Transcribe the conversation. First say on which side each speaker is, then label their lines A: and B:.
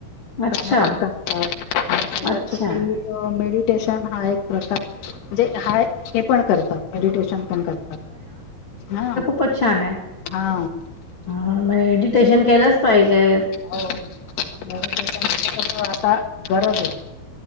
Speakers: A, on the left; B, on the left.
A: अच्छा
B: सा वाजताातळ्यात
A: अच्छा
B: छटी. <inaudible> मेडिटेशन हा एक प्रकारणे हा पण करतात मेडिटेशन पण करतात ह.
A: तो छान आहे.
B: हा
A: म मेडिटेशन केलंच पाहिजे..
B: हो म्ह आता गरज आहे.